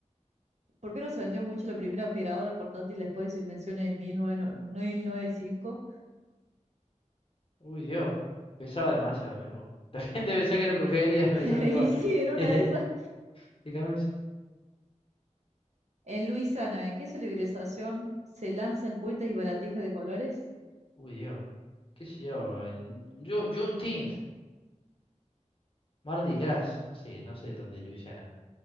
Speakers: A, on the right; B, on the left.
A: ¿Por qué no se vendió mucho la primera aspiradora portátil después de su invención en 1909 1905?
B: Uy, Dios. Pesaba demasiado, menos. vos. <laughs> La gente pensaba que era brujería,
A: <laughs>
B: <laughs> pensaba
A: Y
B: igual.
A: sí, en una
B: <laughs>
A: de esas.
B: Fíjame si-
A: En Luisiana, ¿en qué celebración se lanzan cuentas y baratijas de colores?
B: Uy, Dios. ¿Qué sé yo? En Ju- Juneteenth. Mardi Gras, no sé, no sé dónde de Luisiana.